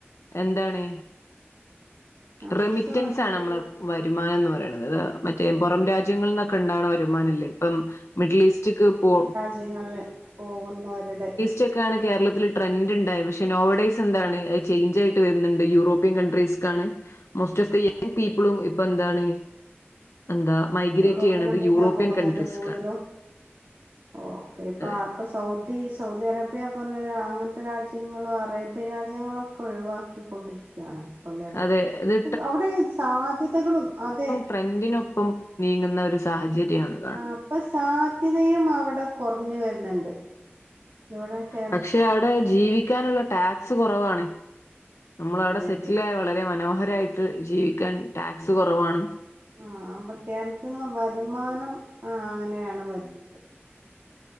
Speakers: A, on the left; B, on the right.
A: എന്താണ്
B: നമുക്ക്
A: റെമിറ്റൻസാണ്
B: ഒരുപാട്
A: നമ്മള്. വരുമാനംന്ന് പറയണത് മറ്റേ പൊറം
B: അത്
A: രാജ്യങ്ങളിൽനിന്നൊക്കെ ഇണ്ടാവണ വരുമാനംല്ലേ. ഇപ്പം മിഡിലീസ്റ്റ്ക്ക് പോ.
B: രാജ്യങ്ങളിൽ പോകുന്നവരുടെ.
A: ചെക്കാണ് കേരളത്തിൽ ട്രെൻഡ് ണ്ടായ, പക്ഷെ നോവഡൈസ് എന്താണ് ചേഞ്ച ആയിട്ട് വരുന്നുണ്ട്. യൂറോപ്യൻ കൺട്രീസ്, ക്കാണ് മോസ്റ്റ് ഓഫ് ദി
B: ആ
A: പീപ്പിളും ഇപ്പോ എന്താണ്, എന്താ? മൈഗ്രേറ്റ്
B: യൂറോപ്യൻ
A: ചെയ്യണത്
B: കൺട്രിക്കാ
A: യൂറോപ്യൻ
B: പോകുന്നത്
A: കൺട്രീസ്ക്കാണ്.
B: കൂടുതലും ഓക്കെ പാപ്പസ്.
A: അതെ.
B: സൗദി, സൗദി അറേബ്യ പറഞ്ഞ- അങ്ങനത്തെ രാജ്യങ്ങള് അറേബ്യൻ രാജ്യങ്ങളൊക്കെ- ഒഴിവാക്കിക്കൊണ്ടിരിക്കും. ക്കാണ് അപ്പല്ലേ,
A: അതെ ഇത്
B: അവിടെ സാധ്യതകളും അതെ,
A: ട്രെന്റിനൊപ്പം നീങ്ങുന്ന ഒരു സാഹചര്യണ്.
B: അപ്പോ സാധ്യതയും അവിടെ കൊറഞ്ഞുവരുന്നുണ്ട് ഇവിടെക്കെ,
A: പക്ഷെ അവിടെ ജീവിക്കാനുള്ള ടാക്സ് കൊറവാണ്. നമളവിടെ
B: അതെ
A: സെറ്റിലായ്
B: അതെ
A: വളരെ മനോഹരായിട്ട് ജീവിക്കാൻ ടാക്സ് കൊറവാണ്.
B: ആ അപ്പോ കേരളത്തിൽ നിന്ന് വരുമാനം ആ അങ്ങനെയാണ് വരുന്നത്.